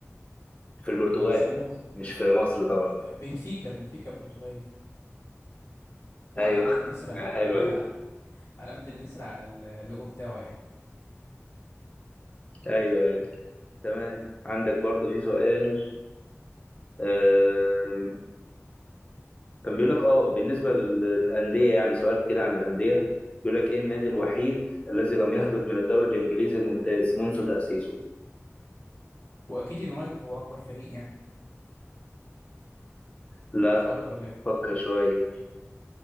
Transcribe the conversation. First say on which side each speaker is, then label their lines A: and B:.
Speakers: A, on the left; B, on the left.
A: في البرتغال
B: النشور
A: مش في مصر طبعا
B: بنفيكا بنفيكا برتغالي هو
A: ايوه
B: علامة النسر
A: <laughs>
B: على...
A: حلوه
B: اه
A: دي
B: على- علامة النسر على اللوجو بتاعه يعني
A: ايوه أيوة. تمام عندك برضو في سؤال آه... كان بيقول لك اه بالنسبه لل- للانديه يعني سؤال كده عن الانديه بيقول لك ايه النادي
B: و...
A: الوحيد الذي لم يهبط من الدوري الانجليزي الممتاز منذ تاسيسه
B: واكيد اليونايتد هو اكبر فريق يعني
A: لا
B: ده غلط ولا ايه
A: فكر شويه